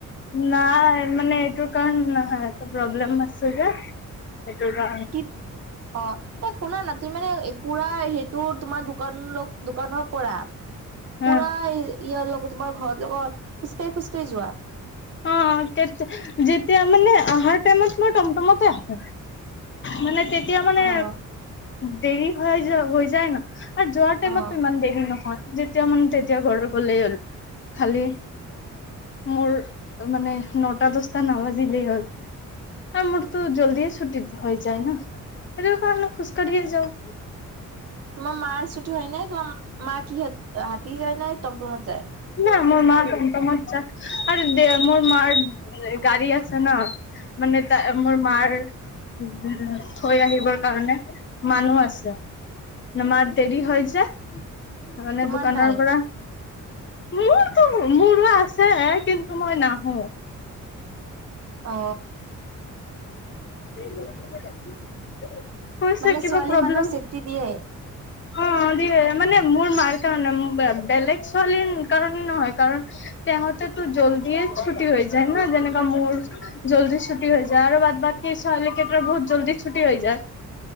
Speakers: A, on the left; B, on the right.
A: নাই মানে এইটোৰ কাৰণ নহয় এ প্ৰব্লেম আছে যে সেইটোৰ কাৰণে
B: কি অ এই শুনা নাতিতি মানে পুৰা সেইটো তোমাৰ দ দোকানৰ পৰা প
A: উম
B: তোমাৰ ঘৰত লগত খোজকাঢ়ি খোজকাঢ়ি যোৱা
A: অ যেতিয়া মানে অহাৰ মই টমটমতে আছো মানে তেতিয়া মানে
B: অ',
A: দেৰি হৈ য হৈ যায় ন আৰু যোৱাৰ টাইমতো
B: অ',
A: ইমান দেৰি নহয় যেতিয়া মানে তেতিয়া ঘৰত গলেই হ'ল খালি মোৰ ত মানে নটা দসটা নাবাজিলেই হ'ল মোৰতো জলদিয়ে ছুট হৈ যায় ন সেইটো কাৰণ খোজকাঢ়িয়ে যও
B: উ তোমাৰ মাৰ ছুটি হয় নাই তোমাৰ মা কি হাতী যায় নাই টমটমত যায়
A: না মোৰ মাৰ তমটম যাই আৰু দে মোৰ মাৰ গাড়ী আছে ন মানে তাৰ মোৰ মাৰ উ থৈ আহিবৰ কাৰণে মানুহ আছে
B: উ
A: মাৰ দেৰি হৈ য মানে
B: তোমাৰ
A: দোকানৰ
B: নাই
A: পৰা মোৰো মোৰো আছে কিন্তু মই নাহো
B: অ
A: <unintelligible> কৈছে
B: মানে
A: কিবা
B: ছোৱালী
A: প্ৰব্লেম
B: মানুহ চেফটি দিয়ে
A: অ দিয় মানে মোৰ মাৰ কাৰণে বেলেগ ছোৱালীৰ কাৰণে নহয় কাৰণ তেহতেতো জলদিয় ছুটি হৈ যায় ন যেনেকা মোৰ জলদি ছুটি হৈ যায় আৰু বাদ বাক ছোৱালী কেইটাৰ বহুত জলদি ছুটি হৈ যায়